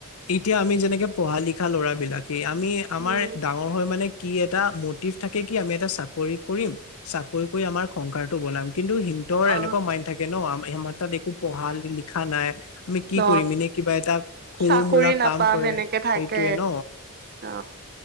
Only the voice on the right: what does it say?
উম,
অ
ন
চাকৰি
নাপাম
এনেকে থাকে
অ।